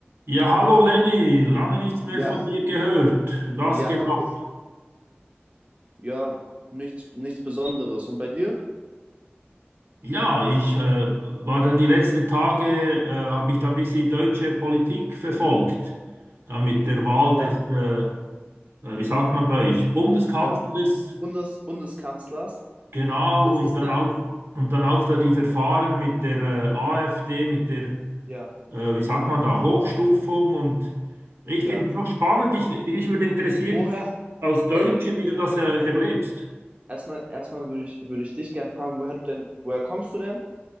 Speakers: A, on the right (about 70°); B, on the right (about 35°).
A: Ja, hallo Lenny, lange nichts mehr
B: Ja,
A: von dir gehört. Was
B: ja,
A: geht
B: hallo.
A: ab?
B: Ja, nichts, nichts Besonderes. Und bei dir?
A: Ja, ich äh, war da die letzten Tage, äh, habe ich da ein bisschen deutsche Politik verfolgt. Da mit der Wahl
B: Ja,
A: des, äh, äh, wie sagt man bei euch, Bundeskanzlers,
B: äh, Bundes, Bundeskanzlers.
A: genau,
B: Das
A: und
B: ist
A: dann
B: ja,
A: auch, und dann auch da die Verfahren mit der äh, AfD, mit der,
B: ja,
A: äh, wie sagt man da, Hochstufung. Und ich
B: ja.
A: finde es noch spannend, ich, mich würde interessieren,
B: Woher,
A: als Deutscher,
B: erst,
A: wie du das äh, erlebst.
B: erstmal, erstmal würde ich, würde ich dich gerne fragen, woher du denn, woher kommst du denn?